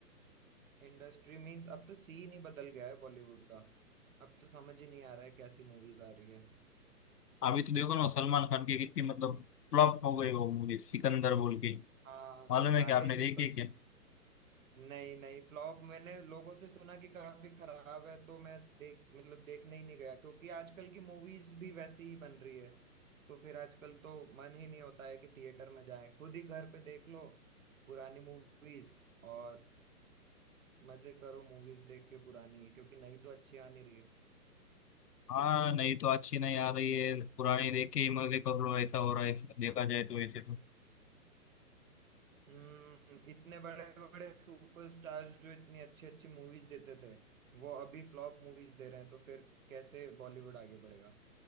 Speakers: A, on the right; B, on the left.
A: इंडस्ट्री मींस अब तो सीन ही बदल गया है बॉलीवुड का अब तो समझ ही नहीं आ रहा है कैसी मूवीज आ रही है
B: अभी तो देखो ना सलमान खान की कितनी मतलब फ्लॉप हो गई वो मूवी सिकंदर बोल के
A: हाँ
B: मालूम
A: सारे
B: है क्या आपने
A: सुपर
B: देखी है क्या
A: नहीं नहीं फ्लॉप मैंने लोगों से सुना कि काफी खराब है तो मैं देख मतलब देखने ही नहीं गया क्योंकि आजकल की मूवीज भी वैसी ही बन रही है तो फिर आजकल तो मन ही नहीं होता है कि थिएटर में जाए खुद ही घर पे देख लो पुरानी मूवीज और मजे करो मूवीज देख के पुरानी क्योंकि नई तो अच्छी आ नहीं रही है
B: हाँ नहीं तो अच्छी नहीं आ रही है पुरानी देख के ही मजे कर लो ऐसा हो रहा है देखा जाए तो ऐसे तो
A: हम्म इतने बड़े बड़े सुपरस्टार्स जो इतनी अच्छी अच्छी मूवीज देते थे वो अभी फ्लॉप मूवीज दे रहे हैं तो फिर कैसे बॉलीवुड आगे बढ़ेगा